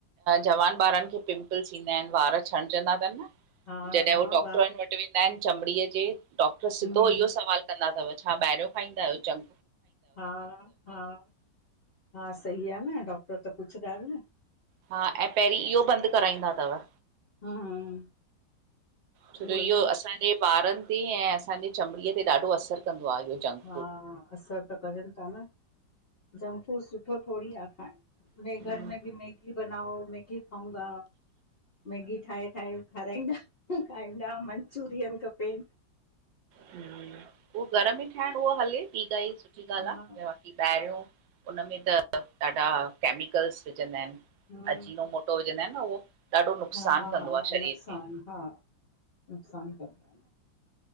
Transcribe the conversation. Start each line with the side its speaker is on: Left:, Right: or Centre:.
Right: जवान ॿारनि खे पिंपल्स ईंदा आहिनि, वार छणिजंदा तनि न।
Left: हा
Right: जॾहिं
Left: हा
Right: हू डॉक्टरनि
Left: वाह
Right: वट वेंदा आहिनि, चमड़ीअ जे डॉक्टर सिधो
Left: हम्म
Right: इहो सवाल कंदा तव छा ॿाहिरियों खाईंदा आहियो जं
Left: हा- हा- हा, सही आ न डॉक्टर त पुछंदाए न।
Right: हा, ऐं पहिरीं इहो बंदि कराईंदा तव।
Left: हम्म
Right: छो
Left: उहो
Right: जो इहो
Left: ई न
Right: असां जे ॿारनि ते ऐं असांजे चमड़ीअ ते ॾाढो असरु कंदो आ इहो। जंक
Left: हा, असर त करनि ता न जंक फूड सुठो थोड़ी आ खाइणु।
Right: फूड
Left: बे घर में बि मैगी बनाओ मैगी खाऊंगा। मैगी ठाहे -ठाहे खाराईंदा -खाईंदा, मंचुरियन खपे।
Right: उहो घर में ई ठाहिण उहो हले ॿी काई सुठी
Left: हा
Right: ॻाल्हि आ, ई ॿाहिरियों उनमें त ॾाढा केमिकल्स विझंदा आहिनि,
Left: हम्म
Right: अजीनो मोट टो विझंदाइन न उहो ॾाढो नुक़सानु
Left: हा
Right: कंदो
Left: हा
Right: आ, शरीर
Left: नुक़सान
Right: खे।
Left: हा, नुक़सानु कंद